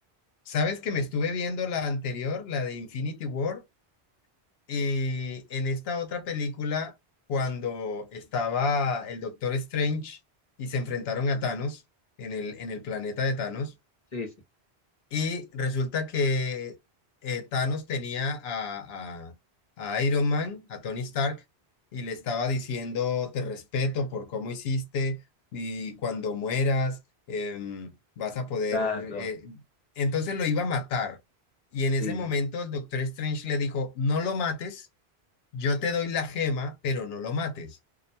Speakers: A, on the left; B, on the left.
A: ¿Sabes que me estuve viendo la anterior, la de Infinity War? Y en esta otra película, cuando estaba el Doctor Strange y se enfrentaron a
B: Sí,
A: Thanos en el, en el planeta de Thanos.
B: sí,
A: Y resulta que eh, Thanos tenía a, a- a Iron Man, a Tony Stark, y le estaba diciendo, te respeto por cómo hiciste y cuando mueras em, vas a poder...
B: exacto.
A: eh". Entonces lo iba a matar. Y
B: Sí,
A: en ese momento el Doctor Strange le dijo, no lo mates, yo te doy la gema, pero no lo mates.